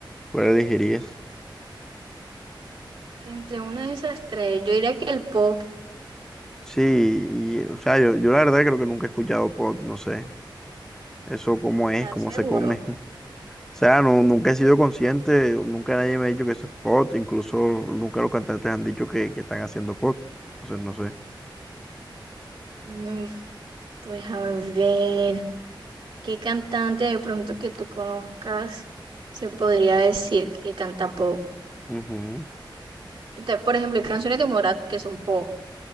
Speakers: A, in the centre; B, on the right.
A: cuál elegirías?
B: Entre una de esas tres, yo diría que el pop,
A: Sí, y, o sea, yo, yo la verdad creo que nunca he escuchado pop, no sé, eso cómo es,
B: ¿estás
A: cómo
B: seguro?
A: se come. <laughs> O sea, no, nunca he sido consciente, nunca nadie me ha dicho que eso es pop, incluso nunca los cantantes han dicho que, que están haciendo pop, entonces no sé.
B: Mm, pues a ver, ¿qué cantante de pronto que tú conozcas se podría decir que canta pop?
A: Ujú,
B: Te- Por ejemplo, hay canciones de Morat que son pop,